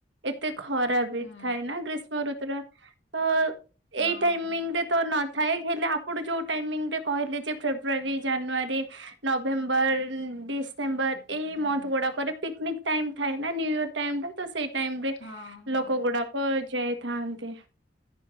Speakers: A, on the right (about 80°); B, on the left (about 70°).
A: ଏତେ ଖରାପ ବି
B: ହୁଁ
A: ଥାଏ ନା ଗ୍ରୀଷ୍ମ କରୁଥିଲା ତ
B: ହଁ
A: ଏଇ ଟାଇମିଂ
B: ହଁ।
A: ରେ ତ ନଥାଏ ହେଲେ ଆପ ଆପଣ ଯଉଁ ଟାଇମିଙ୍ଗରେ କହିଲେ ଯେ ଫେବୃଆାରୀ ଜାନୁଆରୀ ନଭେମ୍ବର ଡିସେମ୍ବର ଏଇ
B: ହୁଁ
A: ମନ୍ଥ ଗୁଡ଼ାକରେ ପିକ୍ନିକ ଟାଇମ ଥାଏ ନା ନିୁ ଇୟର ଟାଇମ୍ ଟା ତ ସେ ଟାଇମ୍ ରେ
B: ହଁ ହଁ।
A: ଲୋକ ଗୁଡାକ ଯାଏ ତ ଥାଆନ୍ତି।